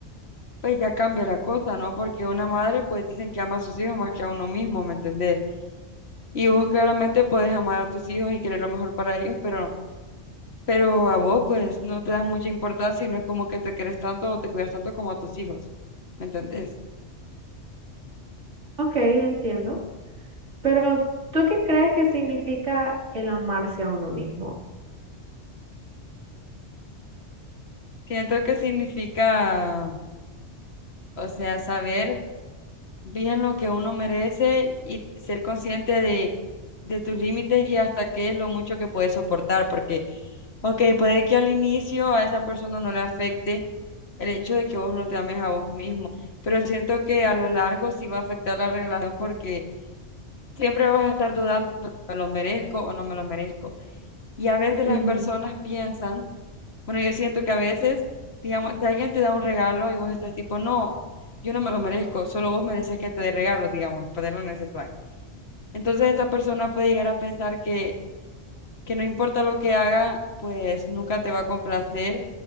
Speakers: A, on the left; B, on the right.
A: pues ya cambia la cosa, ¿no? Porque una madre, pues dicen que ama a sus hijos más que a uno mismo, ¿me entendés? Y vos claramente puedes amar a tus hijos y querer lo mejor para ellos, pero pero a vos pues no te das mucha importancia y no es como que te querés tanto o te cuidas tanto como a tus hijos, ¿me entendés?
B: Ok, entiendo. Pero ¿tú qué crees que significa el amarse a uno mismo?
A: Siento que significa, o sea, saber bien lo que uno merece y ser consciente de, de tus límites y hasta qué es lo mucho que puedes soportar, porque, ok, puede que al inicio a esa persona no le afecte el hecho de que vos no te ames a vos mismo, pero siento que a lo largo sí va a afectar la relación porque siempre vas a estar dudando, si ¿me lo merezco o no me lo merezco? Y a veces
B: Ujú.
A: las personas piensan, bueno, yo siento que a veces, digamos, si alguien te da un regalo y vos estás tipo, no, yo no me lo merezco, solo vos mereces que te dé regalo, digamos, ponerlo en ese plan. Entonces esa persona puede llegar a pensar que, que no importa lo que haga, pues nunca te va a complacer